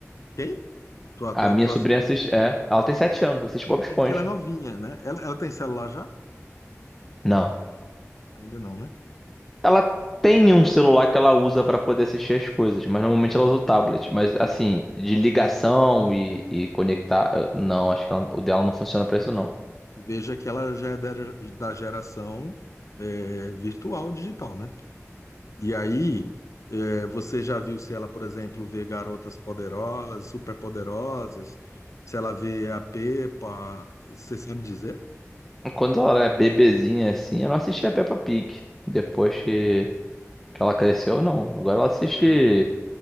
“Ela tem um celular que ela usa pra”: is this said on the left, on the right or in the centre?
Centre